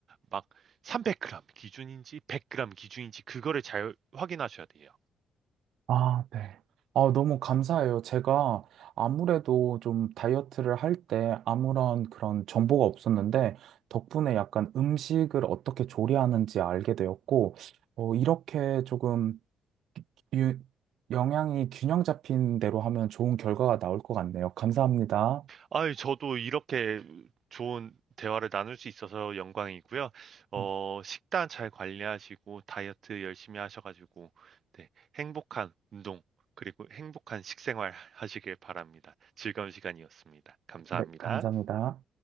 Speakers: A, on the right; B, on the right.
A: 막 300g 기준인지 100g 기준인지 그거를 잘 확인하셔야 돼요.
B: 아, 네. 아, 너무 감사해요. 제가 아무래도 좀 다이어트를 할 때 아무런 그런 정보가 없었는데 덕분에 약간 음식을 어떻게 조리하는지 알게 되었고 어, 이렇게 조금 유, 영양이 균형 잡힌 대로 하면 좋은 결과가 나올 것 같네요. 감사합니다.
A: 아유, 저도 이렇게 좋은 대화를 나눌 수 있어서 영광이고요. 어,
B: 음.
A: 식단 잘 관리하시고 다이어트 열심히 하셔가지고 네, 행복한 운동 그리고 행복한 식생활 하시길 바랍니다. 즐거운 시간이었습니다. 감사합니다.
B: 네, 감사합니다.